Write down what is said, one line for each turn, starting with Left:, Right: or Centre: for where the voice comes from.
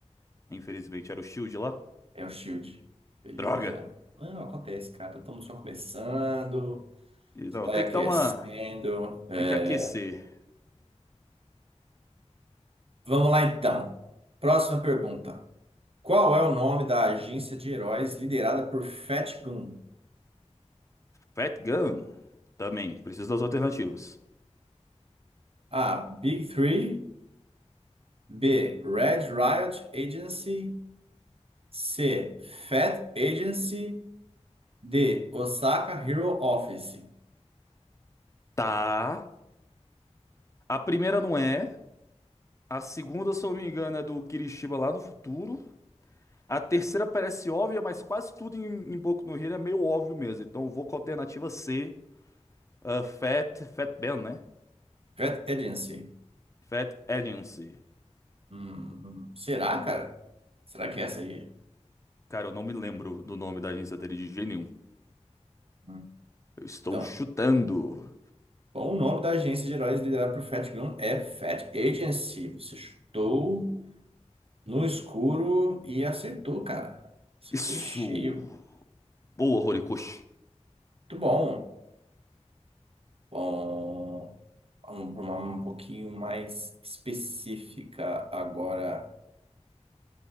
Left: Infelizmente, era o Shield lá.
Right: É o Shield. Beleza.
Left: Droga!
Right: Não, acontece, cara. Estamos só começando.
Left: E
Right: Está
Left: Não, tem
Right: aí aquecendo.
Left: que dar uma.
Right: É,
Left: Tem que aquecer.
Right: Vamos lá, então. Próxima pergunta. Qual é o nome da agência de heróis liderada por Fat Gun?
Left: Fat Gun também, preciso das alternativas.
Right: A. Big Three. B. Red Riot Agency. C. Fed Agency. D. Osaka Hero Office.
Left: Tá. A primeira não é. A segunda, se eu não me engano, é do Kirishima lá no futuro. A terceira parece óbvia, mas quase tudo em, em Boku no Hero é meio óbvio mesmo. Então eu vou com a alternativa C, ah, Fat, Fat Ben, né?
Right: Fed Agency.
Left: Fat Agency.
Right: Hum, será, cara? Será que é essa aí?
Left: Cara, eu não me lembro do nome da agência dele de jeito nenhum.
Right: Hum,
Left: Eu estou
Right: Então,
Left: chutando.
Right: bom, o nome da agência de heróis liderada por Fat Gun é Fat Agency. Você chutou no escuro e acertou, cara. Acertou
Left: Isso.
Right: em cheio.
Left: Boa, Horikoshi.
Right: Muito bom. Bom, vamos para uma um pouquinho mais específica agora.